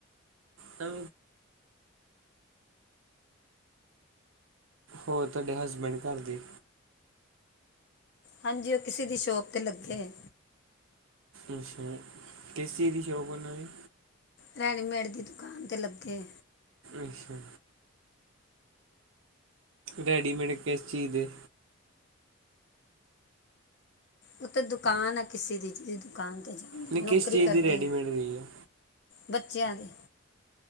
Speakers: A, on the right; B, on the left.
A: ਤਾਂ ਹੋਰ ਤੁਹਾਡੇ ਹਸਬੈਂਡ ਘਰ ਦੀ
B: ਹਾਂਜੀ ਉਹ ਕਿਸੇ ਦੀ ਸ਼ੋਪ ਤੇ ਲੱਗੇ ਹੈ
A: ਅੱਛਾ ਕਿਸ ਚੀਜ਼ ਦੀ ਸ਼ੋਪ ਹੈ ਉਹਨਾਂ ਦੀ
B: ਰੈਡੀਮੇਡ ਦੀ ਦੁਕਾਨ 'ਤੇ ਲੱਗੇ
A: ਅੱਛਾ ਰੈਡੀਮੇਟ ਕਿਸੇ ਚੀਜ਼ ਦੇ
B: ਉਹ ਤਾਂ ਦੁਕਾਨ ਆ ਕਿਸੇ ਦੀ ਦੁਕਾਨ ਤੇ ਜਾਂਦੇ
A: ਨਹੀਂ ਕਿਸ
B: ਨੌਕਰੀ
A: ਚੀਜ਼
B: ਕਰਦੇ
A: ਦੀ ਰੈਡੀਮੇਡ ਦੀ ਆ
B: ਬੱਚਿਆਂ ਦੇ